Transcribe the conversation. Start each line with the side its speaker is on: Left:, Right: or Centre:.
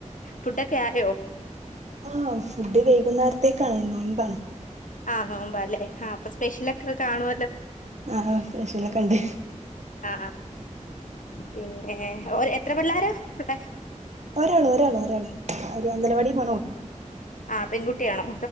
Left: ഫുഡൊക്കെ ആയോ
Right: ആഹ് ഫുഡ് വൈകുന്നേരത്തേക്കാണ് നോൽമ്പാണ്
Left: ആ നോമ്പാല്ലേ ഹാ അപ്പൊ സ്പെഷ്യൽ ഒക്കെ കാണു
Right: ആഹ് സ്പെഷ്യലൊക്കെ ഉണ്ട്
Left: ആ പിന്നെ ഓ എത്ര പിള്ളോരാ വിടെ
Right: ഒരാള് ഒരാൾ ഒരാള് ഒരു അഗലവാടി പോണേ
Left: ആ പെൺകുട്ടിയാണോ